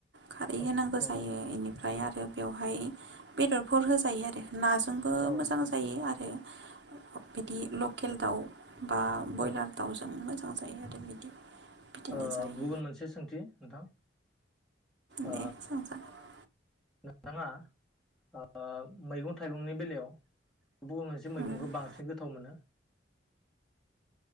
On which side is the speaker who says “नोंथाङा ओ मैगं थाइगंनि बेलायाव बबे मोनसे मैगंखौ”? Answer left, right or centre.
Centre